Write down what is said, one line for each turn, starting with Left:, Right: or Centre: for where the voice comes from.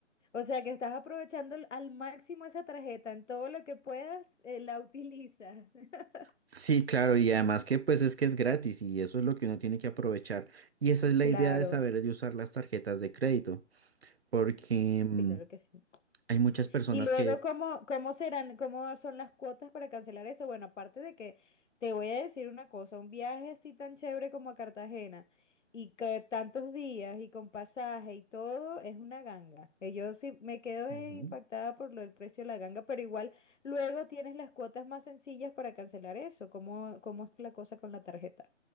Left: O sea que estás aprovechando al al máximo esa tarjeta. En todo lo que puedas, eh, la utilizas. <laughs>
Right: Sí, claro, y además que pues es que es gratis y eso es lo que uno tiene que aprovechar. Y esa es la
Left: Claro,
Right: idea de saber de usar las tarjetas de crédito, porque mm,
Left: claro que sí.
Right: hay muchas personas
Left: Y luego,
Right: que...
Left: ¿cómo, cómo serán, cómo son las cuotas para cancelar eso? Bueno, aparte de que te voy a decir una cosa, un viaje así tan chévere como a Cartagena y que tantos días y con pasaje y todo es una ganga. Eh, Yo sí me quedo eh,
Right: Ujú.
Left: impactada por lo del precio de la ganga, pero igual luego tienes las cuotas más sencillas para cancelar eso. ¿Cómo, cómo es la cosa con la tarjeta?